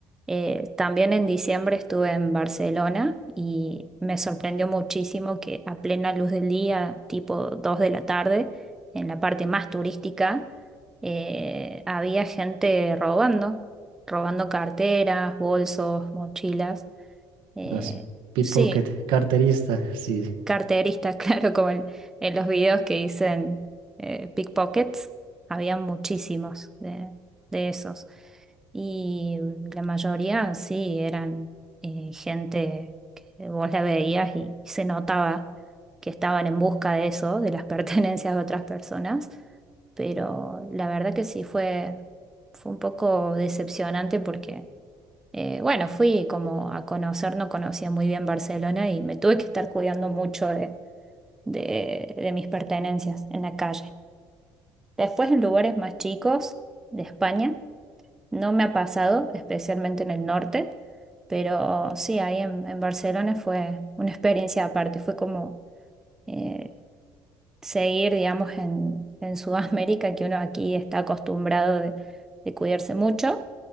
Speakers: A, in the centre; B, on the right.
A: Eh, también en diciembre estuve en Barcelona y me sorprendió muchísimo que a plena luz del día, tipo 2 de la tarde, en la parte más turística, eh, había gente robando, robando carteras, bolsos, mochilas. Eh,
B: Así. Pickpocket,
A: sí
B: carterista, sí.
A: carterista, <laughs> claro, como el- en los videos que dicen eh, pickpockets, había muchísimos de, de esos. Y la mayoría sí eran eh, gente que vos la veías y se notaba que estaban en busca de eso, de las <laughs> pertenencias de otras personas, pero la verdad que sí fue, fue un poco decepcionante porque eh, bueno, fui como a conocer, no conocía muy bien Barcelona y me tuve que estar cuidando mucho de, de- de mis pertenencias en la calle. Después en lugares más chicos de España, no me ha pasado, especialmente en el norte, pero sí, ahí en, en Barcelona fue una experiencia aparte, fue como eh, seguir, digamos, en, en Sudamérica, que uno aquí está acostumbrado de, de cuidarse mucho.